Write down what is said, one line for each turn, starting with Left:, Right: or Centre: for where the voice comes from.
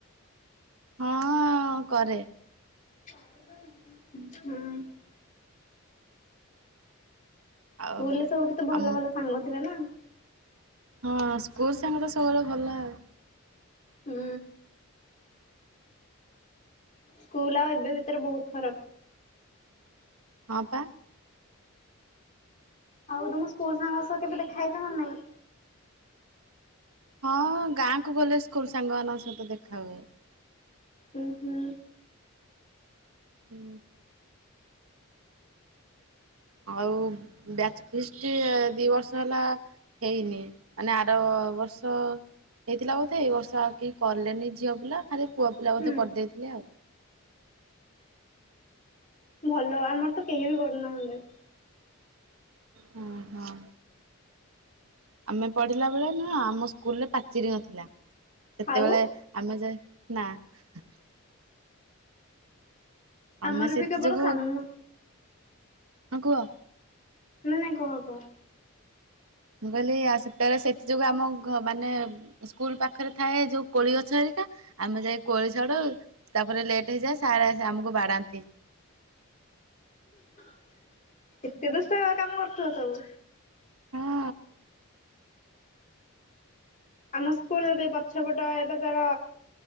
Right: ହଁ କରେ।
Left: ହୁଁ।
Right: ଆଉ
Left: ସ୍କୁଲରେ ସବୁ କେତେ ଭଲ
Right: ଆମ
Left: ଭଲ ସାଙ୍ଗ ଥିବେନା?
Right: ହଁ ସ୍କୁଲ ସାଙ୍ଗତ ସବୁବେଳେ ଭଲ ଆଉ।
Left: ହୁଁ। ସ୍କୁଲ୍ ଆଉ ଏବେ ଭିତରେ ବହୁତ୍ ଫରକ୍।
Right: ହଁ ପା।
Left: ଆଉ ତମ ସ୍କୁଲ ସାଙ୍ଗ ସହ କେବେ ଦେଖା ହେଇଚନା ନାଇଁ?
Right: ହଁ ଗାଁକୁ ଗଲେ ସ୍କୁଲ୍ ସାଙ୍ଗମାନଙ୍କ ସହିତ ଦେଖା ହୁଏ।
Left: ହୁଁ ହୁଁ।
Right: ହୁଁ। ଆଉ ବ୍ୟାଚ୍ ଫିସ୍ଟି ଦି ବର୍ଷ ହେଲା ହେଇନି ମାନେ ଆର ବର୍ଷ ହେଇଥିଲା ବୋଧେ ଏଇ ବର୍ଷ ଆଉ କେହି କଲେନି ଝିଅ ପିଲା ଖାଲି ପୁଅ ପିଲା
Left: ହୁଁ
Right: ବୋଧେ କରିଦେଇଥିଲେ ଆଉ।
Left: ଭଲ ଆମରତ କେହିବି କରୁନାହାନ୍ତି।
Right: ହଁ ହଁ। ଆମେ ପଢିଲା ବେଳେ ନୁହଁ ଆମ ସ୍କୁଲରେ ପାଚିରି ନଥିଲା ସେତେବେଳେ
Left: ଆଉ
Right: ଆମେ ଯା ନାଁ। ଆମେ
Left: ଆମରବି
Right: ସେଥି
Left: କେବଳ
Right: ଯୋଗୁ
Left: ସାମ୍ନା
Right: ହଁ କୁହ।
Left: ନାଁ ନାଁ କୁହ କୁହ?
Right: ମୁଁ କହିଲି ଆଉ ସେତେବେଳେ ସେଥିଯୋଗୁଁ ଆମ ଘ ମାନେ ସ୍କୁଲ ପାଖରେ ଥାଏ ଯୋଉ କୋଳି ଗଛ ଆରିକା ଆମେ ଯାଇ କୋଳି ଛଡ଼ଉ। ତାପରେ ଲେଟ୍ ହେଇଯାଏ ସାର୍ ଆସି ଆମକୁ ବାଡ଼ାନ୍ତି।
Left: <inaudible> ଏତେ ଦୁଷ୍ଟ କାମ କରୁଥିଲ ସବୁ।
Right: ହଁ
Left: ଆମ ସ୍କୁଲର ବି ପଛ ପଟେ ଏଇଟା ତାର